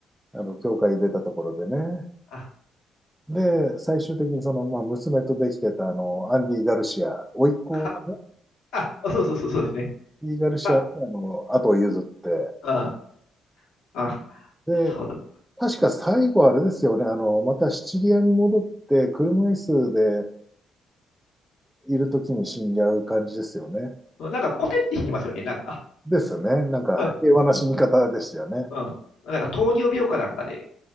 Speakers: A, in the centre; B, on the left (about 85°).
A: あの、教会出たところでね。
B: あ、
A: で、最終的にその、まあ、娘とできてた、あの、アンディ・ガルシア、甥っ子かなア
B: か、あ、そうそうそう、そうですね。
A: ンディ・ガルシアに、
B: あ、
A: あの、後を譲って、
B: あ、あ、
A: で、
B: そうだ。
A: 確か最後あれですよね、あの、またシチリアに戻って、車椅子でいるときに死んじゃう感じですよね。
B: なんか、コテって死にますよね。なんか、
A: ですね。なんか平和な死に方でしたよね。
B: あうん、うん、うん。なんか、糖尿病かなんかで、